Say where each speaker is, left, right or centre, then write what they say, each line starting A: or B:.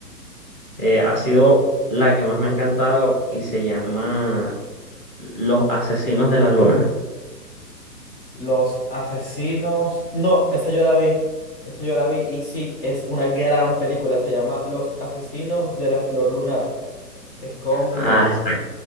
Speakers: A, on the left; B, on the left.
A: eh, ha sido la que más me ha encantado y se llama Los Asesinos de la Luna.
B: Los asesinos. No, esa yo la vi. Esa yo la vi. Y sí, es una gran película. Se llama Los asesinos de la flor lunar. Es con
A: Ah, está